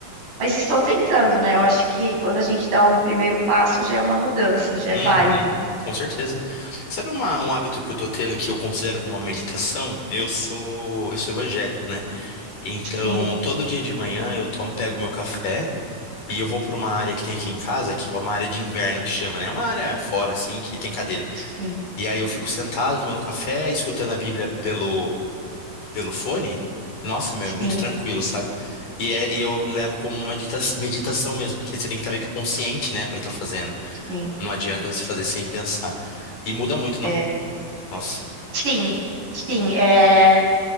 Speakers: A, on the right; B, on the left.
A: mas estou tentando, né? Eu acho que quando a gente dá um primeiro passo já é uma mudança, já é
B: Uhum,
A: válido.
B: com certeza. Sabe uma- um hábito que eu tô tendo que eu considero como uma meditação? Eu sou, eu sou evangélico, né? Então,
A: Sim,
B: todo dia de manhã eu tomo, pego meu café e eu vou pra uma área que tem aqui em casa, que é uma área de inverno que chama, né? É uma área fora, assim, que tem cadeira.
A: sim,
B: E aí eu fico sentado tomando café, escutando a Bíblia pelo pelo fone, nossa, meu,
A: sim,
B: é muito tranquilo, sabe? E, é, e eu levo como uma medita meditação mesmo, porque você tem que estar meio que consciente, né, pra estar fazendo.
A: sim.
B: Não adianta você fazer sem pensar. E muda muito,
A: É.
B: não? Nossa.
A: Sim, sim. é.